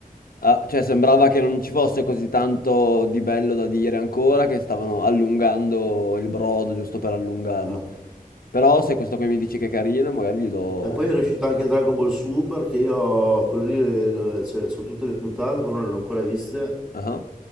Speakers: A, on the left; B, in the centre.
A: ah, cioè, sembrava che non ci fosse così tanto di bello da dire ancora, che stavano allungando il brodo giusto per allungarlo.
B: Ah.
A: Però se questo qui mi dici che è carino, magari gli do...
B: E poi è uscito anche Dragon Ball Super che io quello lì le- le- cioè, so tutte le puntate, però non le ho ancora viste.
A: Ah,